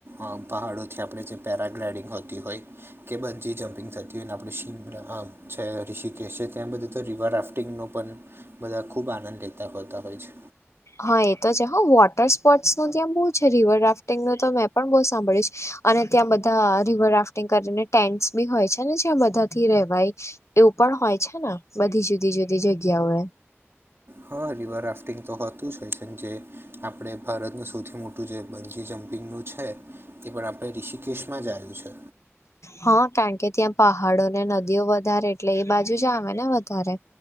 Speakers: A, on the right; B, on the left.
A: અ પહાડોથી આપણે જે પેરાગ્લાઇડિંગ હોતી હોય કે બંજી જમ્પિંગ થતી હોય ને આપણે શીમ આમ છે ઋષિકેશ છે ત્યાં બધું તો રિવર રાફ્ટિંગનો પણ બધા ખૂબ આનંદ લેતા હોતા હોય છે.
B: હા એ તો જ હઓ વોટર સ્પોર્ટ્સ નો ત્યાં બહુ છે રિવર રાફ્ટ ટીંગનુ મેં પણ બઉં સાંભળયુ છે અને ત્યાં બધા રિવર રાફ્ટિંગ કરીને ટેન્ટસ બી હોય છે ને જ્યાં બધા થી રેવાય એવું પણ હોય છે ને બધી જુદી જુદી જગ્યાઓ એ
A: હા રિવર રાફ્ટિંગ તો હોતું જ હોય છે જે આપણે ભારતનું સૌથી મોટું જે બંજી જમ્પિંગનું છે. તે પણ આપણે ઋષિકેશમાં જ આયું છે.
B: હા કારણ કે ત્યાં પહાડો ને નદીઓ વધારે એટલે એ બાજુ જ આવે ને વધારે